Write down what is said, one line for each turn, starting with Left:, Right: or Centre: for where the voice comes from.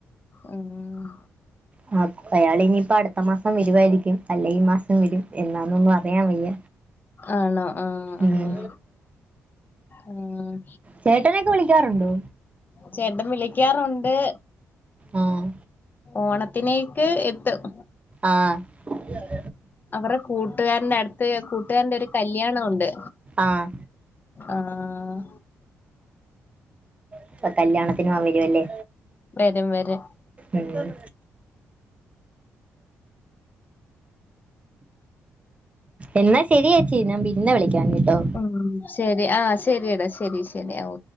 Left: ഉം
Right: ആഹ് അപ്പൊ അയാള് ഇനിയിപ്പോ അടുത്ത മാസം വരുവായിരിക്കും അല്ലെങ്കി ഈ മാസം വരും എന്നാന്നൊന്നും അറിയാൻവയ്യ
Left: ആണോ ആഹ്
Right: ഉം
Left: ആഹ് ആഹ്
Right: ചേട്ടനൊക്കെ വിളിക്കാറുണ്ടോ?
Left: ചേട്ടൻ വിളിക്കാറുണ്ട്.
Right: ആഹ്
Left: ഓണത്തിനേക്ക് എത്തും
Right: ആഹ്
Left: അവരെ കൂട്ടുകാരന്റെ അടുത്ത്. കൂട്ടുകാരന്റെ ഒരു കല്ല്യാണുമുണ്ട്.
Right: ആഹ്
Left: ആഹ്.
Right: ഇപ്പൊ കല്യാണത്തിനോ വരുവല്ലേ
Left: വരും വരും
Right: ഉം എന്നാ ശരിയേച്ചി ഞാൻ പിന്നെ വിളിക്കാം കെട്ടോ.
Left: ഉം ശരി ആഹ് ശരിയടാ ശരി ശരി ഓ